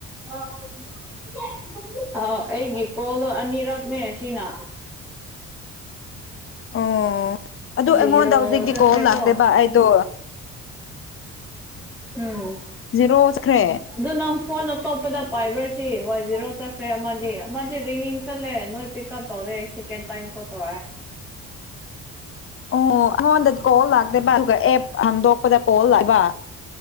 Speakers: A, in the centre; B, on the left.
A: <inaudible> ꯑꯥ ꯑꯩꯒꯤ ꯀꯣꯜꯗꯣ ꯑꯅꯤꯔꯛꯅꯦ ꯁꯤꯅ
B: ꯑꯣ ꯑꯗꯨ ꯑꯩꯉꯣꯟꯗ
A: ꯖꯦꯔꯣ
B: ꯍꯧꯖꯤꯛꯇꯤ
A: ꯆꯠꯈ꯭ꯔꯦꯀꯣ
B: ꯀꯣꯜ ꯂꯥꯛꯇꯦꯕ ꯑꯩꯗꯣ
A: ꯎꯝ
B: ꯖꯦꯔꯣ ꯆꯠꯈ꯭ꯔꯦ
A: ꯑꯗꯨ ꯅꯪ ꯐꯣꯟ ꯑꯇꯣꯞꯄꯗ ꯄꯥꯏꯕ꯭ꯔꯥꯁꯤ ꯋꯥꯏ ꯖꯤꯔꯣ ꯆꯠꯈ꯭ꯔꯦ ꯑꯃꯗꯤ ꯑꯃꯗꯤ ꯔꯤꯡꯒꯤꯡ ꯆꯠꯂꯦ ꯅꯣꯏ ꯄꯤꯛꯑꯞ ꯇꯧꯔꯦ ꯁꯦꯀꯦꯟ ꯇꯥꯏꯝ ꯀꯣꯜ <unintelligible>
B: ꯑꯣ ꯑꯉꯣꯟꯗꯗꯤ ꯀꯣꯜ ꯂꯥꯛꯇꯦꯕ ꯑꯗꯨꯒ ꯑꯦꯞ ꯍꯥꯟꯗꯣꯛꯄꯗ ꯀꯣꯜ ꯂꯥꯛꯏꯕ